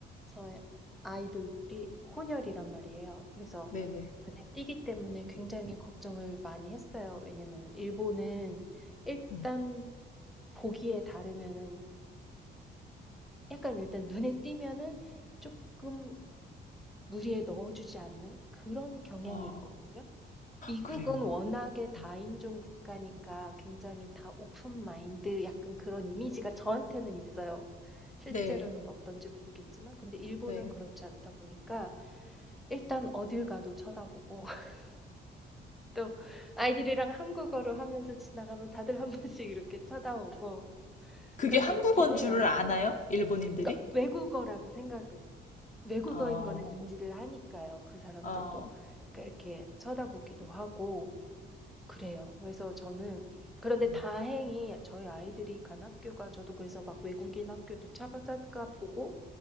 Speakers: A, in the centre; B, on the left (about 40°).
A: 저의 아이들이 혼혈이란 말이에요. 그래서
B: 네네.
A: 눈에 띄기 때문에 굉장히 걱정을 많이 했어요. 왜냐면 일본은 일단
B: 음.
A: 보기에 다르면은 약간 일단 눈에 띄면은 조금 무리에 넣어주지 않는 그런 경향이
B: 아,
A: 있거든요. 미국은
B: 그래요?
A: 워낙에 다인종
B: 음.
A: 국가니까 굉장히 다 오픈 마인드 약간 그런 이미지가 저한테는 있어요. 실제로는
B: 네.
A: 어떤지 모르겠지만 근데 일본은
B: 네.
A: 그렇지 않다 보니까 일단 어딜 가도 쳐다보고 <laughs> 또 아이들이랑 한국어로 하면서 지나가면 다들 한 번씩 이렇게 쳐다보고
B: 그게
A: 그런
B: 한국어인
A: 게 있긴 해요.
B: 줄을 아나요? 일본인들이?
A: 그러니까 외국어라고 생각, 외국어인
B: 아.
A: 거는 인지를 하니까요. 그 사람들도.
B: 아.
A: 그러니까 이렇게 쳐다보기도 하고 그래요. 그래서 저는 그런데
B: 음
A: 다행히 저희 아이들이 간 학교가 저도 그래서 막 외국인 학교도 차가차가 보고